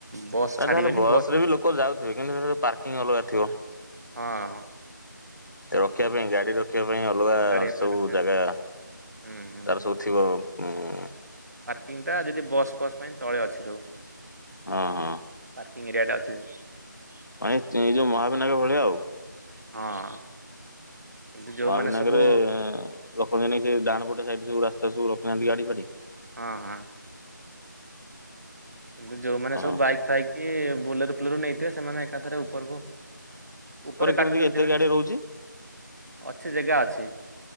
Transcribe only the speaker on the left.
ନା
ତାହେଲେ ବସ
ରେ ବି ଲୋକ ଯାଉଥିବେ କିନ୍ତୁ ସେ ପାର୍କିଂ ଅଲଗା ଥିବ।
ରଖିବା ପାଇଁ ଗାଡି ର ଦେଖିବା ପାଇଁ ଅଲଗା
ସବୁ
ଜାଗା ତାର
ସବୁ ଥିବ ହୁଁ।
ହଁ ହଁ।
ମ ଏଇ ଯୋଉ ମହାବିନାଗ ଭଳିଆ ଆଉ।
ମହାବୀନଗରରେ
ରଖନ୍ତି ନାଇଁ ସେ ଡାହାଣପଟ ସାଇଟ ସବୁ ରାସ୍ତା ତ ସବୁ ରଖୁ ନାହାନ୍ତି ଗାଡ଼ି ଫାଡି।
ଓହୋ
କେମିତି
ଏତେ
ଗାଡି ରହୁଛି